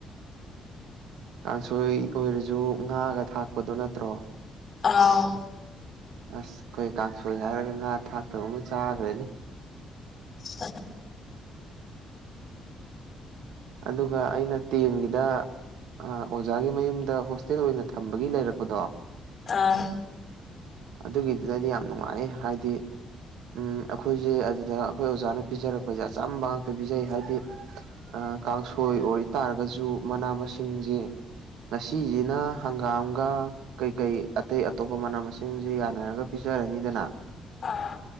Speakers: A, on the right (about 85°); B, on the left (about 40°).
A: ꯀꯥꯡꯁꯣꯏ ꯑꯣꯏꯔꯁꯨ ꯉꯥꯒ ꯊꯥꯛꯄꯗꯣ ꯅꯠꯇ꯭ꯔꯣ
B: ꯑꯥꯎ
A: ꯑꯁ ꯑꯩꯈꯣꯏ ꯀꯥꯡꯁꯣꯏ ꯍꯥꯏꯔꯒ ꯉꯥ ꯊꯥꯛꯇꯕ ꯑꯃ ꯆꯥꯈ꯭ꯔꯦꯅꯦ
B: ꯍ
A: ꯑꯗꯨꯒ ꯑꯩꯅ ꯇꯦꯡꯒꯤꯗ ꯑꯣꯖꯥꯒꯤ ꯃꯌꯨꯝꯗ ꯍꯣꯁꯇꯦꯜ ꯑꯣꯏꯅ ꯊꯝꯕꯒꯤ ꯂꯩꯔꯛꯄꯗꯣ
B: ꯑꯥ
A: ꯑꯗꯨꯒꯤꯗꯨꯗꯗꯤ ꯌꯥꯝ ꯅꯨꯡꯉꯥꯏ ꯍꯥꯏꯗꯤ ꯎꯝ ꯑꯩꯈꯣꯏꯁꯦ ꯑꯗꯨꯗ ꯑꯩꯈꯣꯏ ꯑꯣꯖꯥꯅ ꯄꯤꯖꯔꯛꯄꯁꯦ ꯑꯆꯝꯕ ꯉꯥꯛꯇ ꯄꯤꯖꯩ ꯍꯥꯏꯗꯤ ꯀꯥꯡꯁꯣꯏ ꯑꯣꯏꯇꯥꯔꯒꯁꯨ ꯃꯅꯥ ꯃꯁꯤꯡꯁꯦ ꯉꯁꯤꯁꯤꯅ ꯍꯪꯒꯥꯝꯒ ꯀꯩꯀꯩ ꯑꯇꯩ ꯑꯇꯣꯞꯄ ꯃꯅꯥ ꯃꯁꯤꯡꯁꯤ ꯌꯥꯅꯔꯒ ꯄꯤꯖꯔꯅꯤꯗꯅ
B: ꯑꯥ